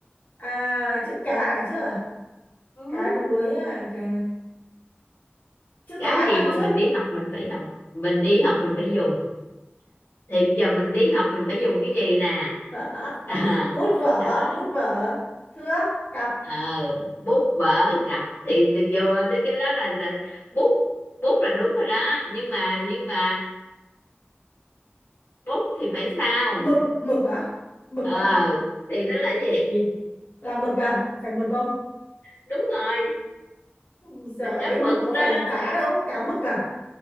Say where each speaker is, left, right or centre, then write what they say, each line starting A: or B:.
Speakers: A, on the left; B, on the left.
A: à chữ cá ở đằng trước à
B: ừ.
A: cá đuối à cá chữ
B: cá
A: cá
B: gì
A: đằng
B: mà
A: trước
B: mình đi học mình phải học mình đi học mình phải dùng thì bây giờ mình đi học mình phải dùng cái gì nè
A: <laughs>
B: à,
A: bút vở
B: đó
A: bút vở thước cặp
B: ờ, bút vở cặp thì vô cái đó là là bút bút là đúng rồi đó nhưng mà nhưng mà bút thì phải sao
A: mực mực á mực
B: ờ à,
A: á
B: thì nó là gì
A: là mực à phải mực không
B: <laughs> đúng rồi
A: Ui
B: là
A: trời
B: cá
A: ơi mực
B: mực
A: có
B: đó
A: phải là cá đâu cá mực à